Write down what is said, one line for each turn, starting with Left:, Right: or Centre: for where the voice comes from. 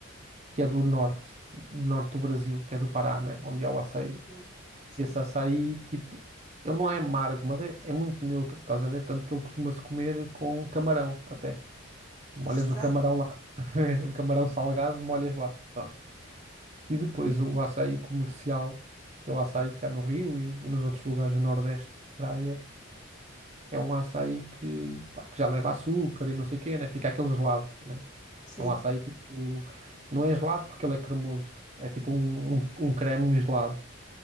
Right: que é do norte, do norte do Brasil, que é do Pará, né? Onde há o açaí.
Left: Uhum. Sim.
Right: Esse açaí, tipo, ele não é amargo, mas é, é muito neutro, estás a ver? Tanto que ele costuma-se comer com camarão, até. Tu
Left: Que
Right: molhas
Left: estranho.
Right: o camarão lá. <laughs> O camarão salgado, molhas lá. Pronto. E depois o açaí comercial, que é o açaí que há no Rio e, e nos outros lugares do Nordeste de praia, é um açaí que, pá, que já leva açúcar e não sei o quê, né? Fica aquele gelado, né?
Left: Sim,
Right: É um açaí tipo. Não é gelado porque ele é cremoso. É tipo um, um, um creme gelado.